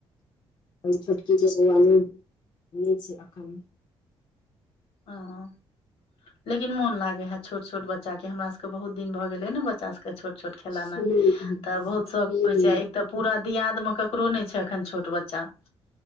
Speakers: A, on the left (about 45°); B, on the left (about 70°).
A: छोटकी बऊआ नहि छै एखन
B: हँ लेकिन मोन लागे है छोट छोट बच्चा के हमरा सबके के बहुत दिन भऽ गेले ने बच्चा सबके छोट छोट खेला
A: ह
B: तऽ बहुत शौक
A: ह
B: होइ छै
A: ह
B: एक तऽ पूरा दियादमे ककरो नहि छै अखन छोट बच्चा